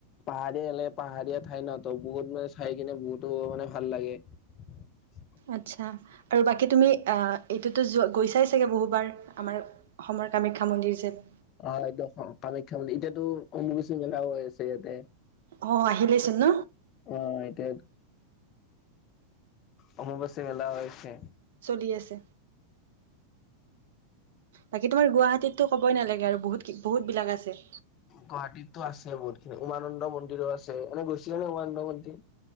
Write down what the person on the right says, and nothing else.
আচ্ছা আৰু বাকী তুমি আহ এইটোতো গৈছাই চাগে বহুবাৰ আমাৰ অসমৰ কামাখ্যা মন্দিৰ যে ।
অ আহিলেচোন ন।
চলি আছে বাকী তোমাৰ গুৱাহাটীততো ক'বই নালাগে আৰু বহুত বহুত বিলাক আছে